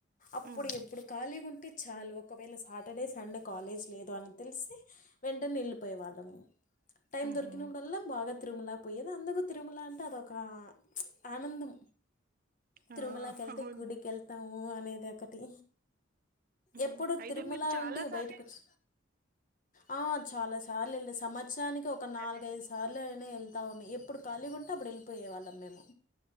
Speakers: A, on the left; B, on the right.
A: అప్పుడు
B: ఉమ్
A: ఎప్పుడు ఖాళీగుంట్ టె చాలు ఒకవేళ సాటర్డే సండే కాలేజ్ లేదు అని తెలిస్తే వెంటనే ఎళ్ళిపోయే వాళ్ళము టైమ్
B: ఉహు
A: దొరికినప్పుడ ల్ల బాగ తిరుమల పోయేది అందుకు తిరుమల అంటే అదొక చ్ ఆనందం
B: ఆ
A: తిరుమలకి వెళ్తే
B: అవును
A: గుడికి వెళ్తాము అనేది ఒకటి
B: హ్మ్.
A: ఎప్పుడు
B: అయితే
A: తిరుమల
B: మీరు చాలా
A: నుండి
B: సార్లే
A: బయటకు వచ్చ ఆ చాలా సార్లు వెళ్ళ సంవత్సరానికి ఒక
B: తింటారే
A: నాలుగైదు సార్లు అయినా వెళ్ళ వున్నా ఎప్పుడు ఖాళీ గా ఉంటే అప్పుడు వెళ్ళిపోయేవాళ్ళం మేము